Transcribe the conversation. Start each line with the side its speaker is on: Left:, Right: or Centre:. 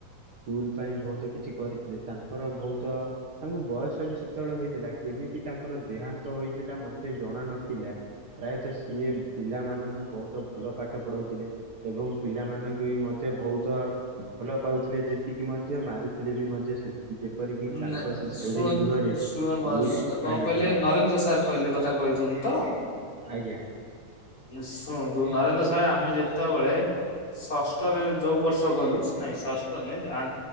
Right: ସ୍କୁଲ୍ ପାଇଁ ଭଉତ କିଛି କରିଥିଲେ। ତାଙ୍କର ଭଉତ ତାଙ୍କୁ ବୟସ ବି ସେତେବେଳେ ହେଇଥିଲା। କେମିତି ତାଙ୍କର ଦେହାନ୍ତ ହୋଇଥିଲା, ମୋ ତେ ଜଣା ନଥିଲା ପ୍ରାୟତ ସିଏ ପିଲାମାନଙ୍କୁ ବହୁତ ଭଲ ପାଠ ପଢଉଥିଲେ ଏବଂ ପିଲାମାନଙ୍କୁ ବି ମଧ୍ୟ ଭଉତ ଭଲ ପାଉଥିଲେ। ଯେ ସେତିକି ମଧ୍ୟ ମାରୁଥିଲେ ବି ମଧ୍ୟ ସେତିକି। ଯେପରିକି
Left: ନା
Right: ତାଙ୍କ ସେ ଶ୍ରେଣୀ
Left: ଶୁଣନ୍ତୁ
Right: ଗୃହରେ
Left: ଶୁଣ ମହାରାଜ
Right: ଯୋଉ
Left: କଣ
Right: ଆଜ୍ଞା
Left: କହିଲେ
Right: କୁହନ୍ତୁ
Left: ନରେନ୍ଦ୍ର ସାର୍ କହିଲେ କଥା କହିଚନ୍ତି ତ?
Right: ଆଜ୍ଞା।
Left: ଶୁଣନ୍ତୁ ନରେନ୍ଦ୍ର ସାର୍ ଆମେ ଯେତେବେଳେ ଷଷ୍ଠରେ ଯୋଉ ବର୍ଷ ଗଲୁ, ନାଇଁ ଷଷ୍ଠ ନୁହେଁ, ଯେ ଆନ୍